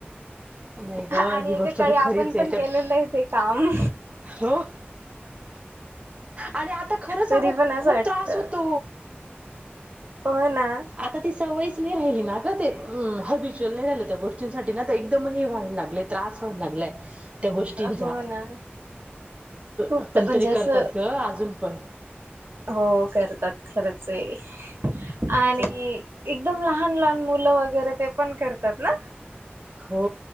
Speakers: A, on the right (about 30°); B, on the right (about 70°).
A: नाही ग
B: आणि
A: ही
B: एककाकडे
A: गोष्ट तर
B: आपण
A: खरीच
B: पण
A: आहे त्या
B: केलेलं आहे ते काम
A: हो आणि आता खरंचगो
B: तरी पण असं
A: खूप
B: वाटतं
A: त्रास होतो
B: हो ना
A: आता ती सवयच राहिली ना का ते हबिच्युअल नाही राहिल त्या गोष्टींसाठी ना एकदमही व्हायला लागले त्रास व्हायला लागले त्या गोष्टींचा
B: हो ना खूप
A: आपण
B: म्हणजे
A: तरी
B: असं
A: करतात ग अजून पण
B: हो करतात खरंच आहे आणि
A: असं
B: एकदम लहान लहान मुलं वगैरे ते पण करतात ना
A: हो